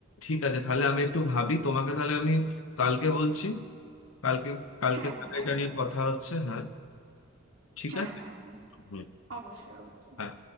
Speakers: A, on the left (about 80°); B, on the right (about 80°).
A: ঠিক আছে তাহলে আমি একটু ভাবি তোমাকে তাহলে আমি কালকে বলছি কালকে কালকে
B: হ্যাঁ
A: তাহলে
B: হ্যাঁ
A: এটা
B: একদম
A: নিয়ে কথা হচ্ছে হ্যাঁ ঠিক
B: হ্যাঁ
A: আছে
B: হ্যাঁ হ্যাঁ
A: হুম
B: অবশ্যই অবশ্যই
A: হ্যাঁ